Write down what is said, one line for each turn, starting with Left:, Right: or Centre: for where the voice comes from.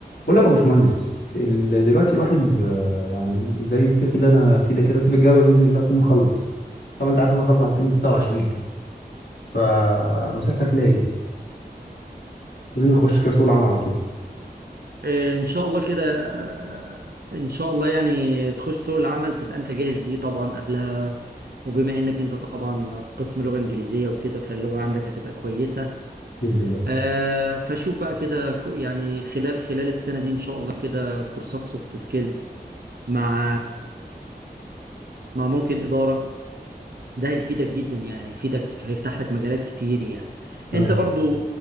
Left: بقول لك يا باشمهندس ال- دلوقتي الواحد ب- يعني زي الصيف اللي انا فيه ده كده الصيف الجاي بقى باذن الله اكون مخلص طبعا انت عارف إن انا خلصت على 2029 فنصيحتك ليا ايه؟ عايزين نخش كاس العالم على طول
Right: آه، ان شاء الله كده آه، ان شاء الله يعني تخش سوق العمل تبقى انت جاهز ليه طبعا قبلها وبما انك انت طبعا قسم لغة انجليزية وكده فاللغة عندك هتبقى كويسة
Left: باذن الله
Right: آه، فشوف بقى كده ك- يعني خلال خلال السنة دي ان شاء الله كده كورسات سوفت سكيلز مع مع ممكن إدارة ده هيفيدك جدا يعني هيفيدك هيفتح لك مجالات كتير يعني
Left: تمام
Right: انت برضو